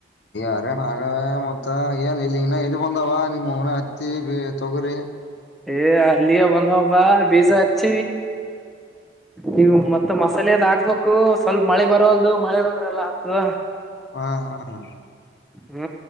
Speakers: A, on the left; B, in the centre.
A: ಾರೇನ ಆಗ ಮ ಮತ್ತ ಏನ್ ಇಲ್ಲಿ ಇನ್ನ ಎಲ್ಲಿ ಬಂದಾವ ನಿಮನ ಹತ್ತಿ ಬಿ ತೊಗರಿಿ
B: ಎ ಅಲ್ಲಿಿಯ ಬಂದ ಬ ಪಜಾ ಅಚ್ಚ ನೀವು ಮತ್ತತ್ ಮಸಾಲೆದ್ ಆಕ್ಬೇಕು ಸ್ವಲ್ಪ ಮಳೆ ಬರಲ್ದು ಮಳೆ ಬಂದ್ರಲ್ಲ ಆಗ್ತದ
A: ಹಾ ಹಾ
B: ಹ್ಮ